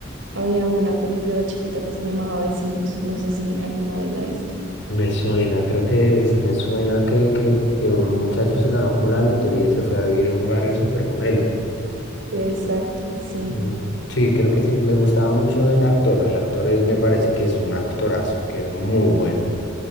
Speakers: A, on the right (about 75°); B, on the left (about 65°).
A: Había una cuando yo era chiquita que se llamaba Vecinos. No sé si alguna vez la viste.
B: Me suena, creo que es- me suena que, que, que un muchacho se ganó como la lotería y se fue a vivir a un barrio súper gomelo.
A: Exacto, sí.
B: Mm, Sí, creo que sí, me gustaba mucho el actor, el actor es, me parece que es un actorazo, que es muy bueno.